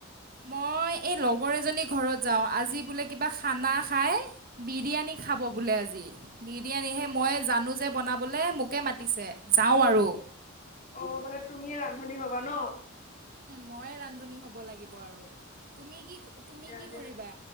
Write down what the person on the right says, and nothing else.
মই এই লগৰ এজনী ঘৰত যাও আজি বোলে কিবা খানা খাই বিৰিয়ানী খাব বোলে আজি বিৰিয়ানীহে মই জানো যে বনাবলৈ মোকে মাতিছে যাওঁ আৰু
ম‌ইয়ে ৰান্ধনী হ'ব লাগিব আৰু তুমি কি তুমি
কি
কৰিবা